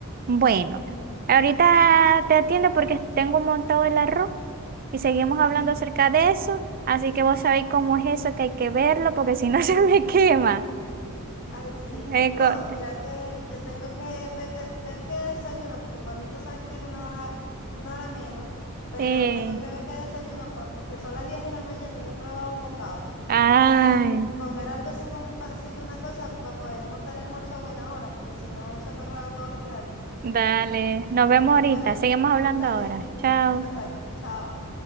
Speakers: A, on the right; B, on the left.
A: Bueno, ahorita te atiendo porque tengo montado el arroz y seguimos hablando
B: <laughs>
A: acerca de eso, así que vos sabéis cómo es eso, que hay que verlo porque si no <laughs> se me quema.
B: Ay, sí.
A: Eh,
B: No,
A: co-
B: mira que yo tengo que ver, que ver qué desayuno, porque para mí tú sabes que es una hora, una hora menos, pero
A: eh,
B: tengo que ver qué desayuno, pa- porque son las 10 de la mañana y no he probado un bocado.
A: ay,
B: Entonces, comer algo así como un pancito, una cosa, para poder montar el almuerzo a buena hora, porque si no se me ruedan todos los horarios.
A: dale, nos vemos ahorita,
B: Bueno,
A: seguimos hablando
B: dale,
A: ahora. Chao.
B: me contáis. Chao.